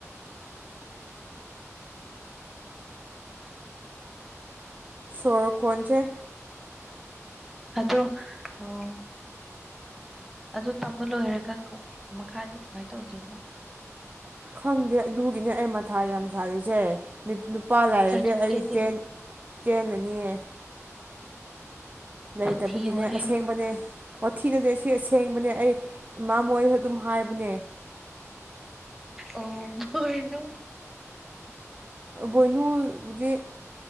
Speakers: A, on the right; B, in the centre.
A: ꯁꯣꯔ ꯈꯣꯟꯖꯩ
B: ꯑꯗꯣ ꯑꯣ ꯑꯗꯨ ꯇꯝꯕ ꯂꯣꯏꯔꯒ ꯃꯈꯥꯗꯤ ꯀꯃꯥꯏꯅ ꯇꯧꯗꯣꯏꯅꯣ
A: ꯈꯪꯗꯦ ꯑꯗꯨꯒꯤꯅꯦ ꯑꯩ ꯃꯊꯥ ꯌꯥꯝ ꯁꯥꯔꯤꯁꯦ ꯂꯨꯄꯥ ꯂꯥꯏꯔꯗꯤ
B: ꯁꯔꯇꯤꯐꯤꯀꯦꯠꯇꯤ
A: ꯑꯩ ꯆꯦꯜꯂꯅꯤꯌꯦ ꯂꯩꯇꯕꯒꯤꯅꯦ
B: ꯊꯤ ꯋꯥꯔꯦꯝ
A: ꯑꯁꯦꯡꯕꯅꯦ ꯑꯣꯣꯊꯤꯅꯅꯦ ꯁꯤ ꯑꯁꯦꯡꯕꯅꯦ ꯑꯩ ꯏꯃꯥ ꯃꯣꯏꯗꯁꯨ ꯑꯗꯨꯝ ꯍꯥꯏꯕꯅꯦ
B: ꯑꯣ ꯃꯣꯏꯅꯨ
A: ꯚꯣꯏꯅꯨꯕꯨꯗꯤ